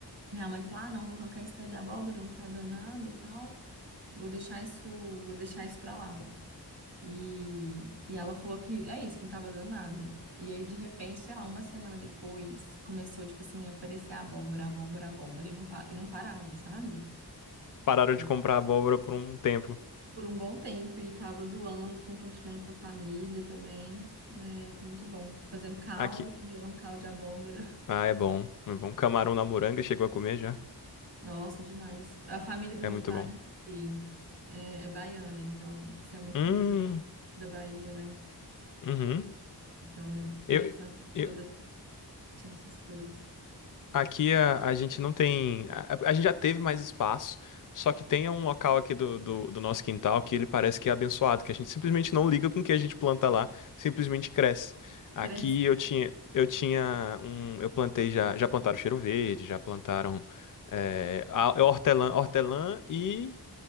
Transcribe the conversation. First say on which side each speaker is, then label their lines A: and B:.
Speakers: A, on the right (about 65°); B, on the left (about 50°).
A: minha mãe falou, ah, não, vou arrancar esse pé de abóbora, não tá dando nada e tal. Vou deixar isso, vou deixar isso pra lá. E, e ela falou que é isso, que não tava dando nada. E aí, de repente, sei lá, uma semana depois, começou, tipo assim, a aparecer abóbora, abóbora, abóbora, e não, pa- e não parava, sabe?
B: Pararam
A: É.
B: de comprar abóbora por um tempo.
A: Por um bom tempo, e tava doando, compartilhando com a família também. né? foi muito bom. Fazendo caldo,
B: Aqui.
A: congelando caldo de abóbora.
B: Ah, é bom, é bom. Camarão na moranga, chegou a comer já?
A: <laughs> Nossa, demais. A família do
B: É
A: meu
B: muito
A: pai
B: bom.
A: e- é, é baiana, então, isso é muito
B: Hum,
A: comida da Bahia, né?
B: uhum.
A: Então, minha
B: Eu,
A: infância
B: eu,
A: toda tinha essas coisas.
B: Aqui a, a gente não tem. A, a gente já teve mais espaço, só que tem um local aqui do, do, do nosso quintal que ele parece que é abençoado, que a gente simplesmente não liga com o que a gente planta lá, simplesmente cresce. Aqui
A: Cresce.
B: eu tinha, eu tinha um. Eu plantei já. Já plantaram cheiro verde, já plantaram é, a- hortelã, hortelã e.